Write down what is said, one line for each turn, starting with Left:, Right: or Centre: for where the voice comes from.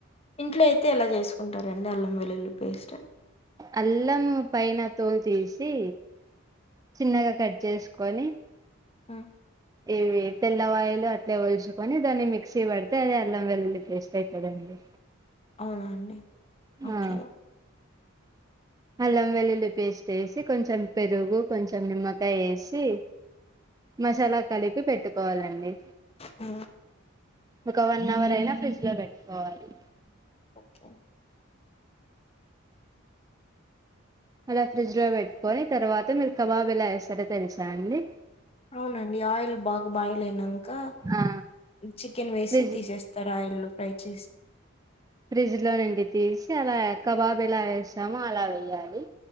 Left: ఇంట్లో అయితే ఇలా చేసుకుంటారంండి అల్లం వెల్లుల్లి పేస్ట్
Right: అల్లము పైన తోలు తీసి చిన్నగా కట్ చేస్ కొని
Left: అ
Right: ఇవి తెల్ల ఆయిల్ అట్లే ఒల్చుకొని దాన్ని మిక్సీ పడితే అది అల్లం వెల్లుల్లి పేస్ట్ అవుతదండి
Left: అవునా అండి ఓకే.
Right: ఆ అల్లం వెల్లుల్లి పేస్ట్ వేసి కొంచం పెరుగు కొంచం నిమ్మకాయ వేసి మసాల కలిపి పెట్టుకోవాలండి
Left: అ
Right: ఒక వన్ అవర్ అయినా ఫ్రిడ్జ్ లో పెట్టుకోవాల్
Left: ఓకే.
Right: అలా ఫ్రిడ్జ్ లో పెట్టుకొని తర్వాత మీర్ కబాబ్ ఎలా వేస్తారో తెలిసా అండి
Left: అవునండి ఆయిల్ బాగ బాయిల్ అయినా ఇకా
Right: ఆ
Left: చికెన్ వేసి
Right: ఫ్రిడ్జ్
Left: తీసేస్తార ఆయిల్ లో ఫ్రై చేసి
Right: ఫ్రిడ్జ్ లో నుండి తీసి అలా కబాబ్ ఎలా వేస్తామో అలా వేయాలి